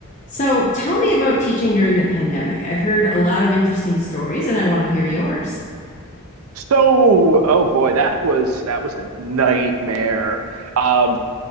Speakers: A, on the left; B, on the right.
A: So tell me about teaching during the pandemic. I've heard a lot of interesting stories and I want to hear yours.
B: So, oh boy, that was that was a nightmare. Um,